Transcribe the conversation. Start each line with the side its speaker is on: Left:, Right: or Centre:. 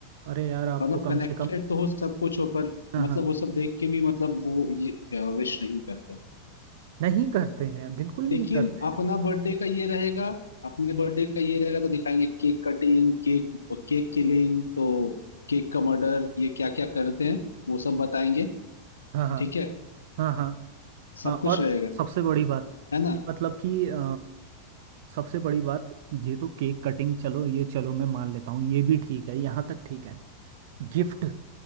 Right: अरे यार आपको
Left: मतलब
Right: कम
Left: कनेक्टेड
Right: से कम
Left: तो हो सब कुछ हो पर
Right: हाँ
Left: मतलब
Right: हाँ
Left: वो सब देख के भी मतलब वो ये विश नहीं करते
Right: नहीं करते हैं बिल्कुल नहीं
Left: लेकिन
Right: करते हैं
Left: अपना बर्थडे का ये रहेगा अपने बर्थडे का ये रहेगा तो दिखाएंगे cake cutting cake cake killing तो केक का मर्डर ये क्या क्या करते हैं वो सब बताएंगे
Right: हाँ हाँ
Left: ठीक है
Right: हाँ हाँ
Left: सब
Right: हाँ,
Left: कुछ
Right: और
Left: रहेगा
Right: सबसे बड़ी बात
Left: है ना
Right: कि मतलब कि अ, सबसे बड़ी बात ये तो केक कटिंग चलो ये चलो मैं मान लेता हूँ ये भी ठीक है यहाँ तक ठीक है गिफ्ट